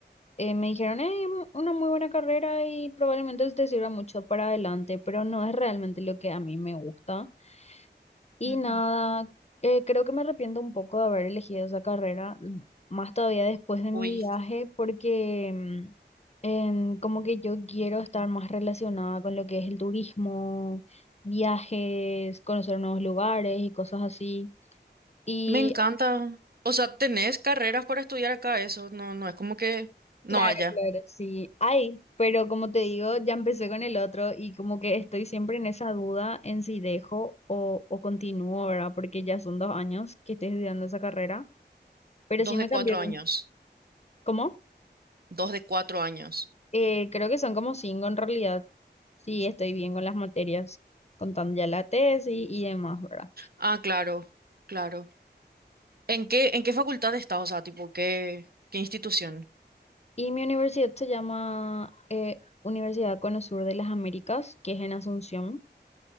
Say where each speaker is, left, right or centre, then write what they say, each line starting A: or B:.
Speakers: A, on the left; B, on the right.
A: eh, me dijeron, es una muy buena carrera y probablemente te sirva mucho para adelante, pero no es realmente lo que a mí me gusta. Y
B: ujú.
A: nada, eh, creo que me arrepiento un poco de haber elegido esa carrera, mm, más todavía después de mi
B: Uy,
A: viaje, porque mm, en- como que yo quiero estar más relacionada con lo que es el turismo, viajes, conocer nuevos lugares y cosas así. Y
B: me encanta. O sea, tenés carreras para estudiar acá, eso no, no es como que no
A: claro,
B: haya.
A: claro, sí, hay, pero como te digo, ya empecé con el otro y como que estoy siempre en esa duda en si dejo o, o continúo, ¿verdad? Porque ya son dos años que estoy estudiando esa carrera. Pero
B: Dos
A: sí me
B: de cuatro
A: cambió.
B: años.
A: ¿Cómo?
B: Dos de cuatro años.
A: Eh, creo que son como cinco en realidad. Sí, estoy bien con las materias, contando ya la tesis y demás, ¿verdad?
B: Ah, claro, claro. ¿En qué, en qué facultad estás? O sea, tipo, ¿qué, qué institución?
A: Y mi universidad se llama eh, Universidad Cono Sur de las Américas, que es en Asunción.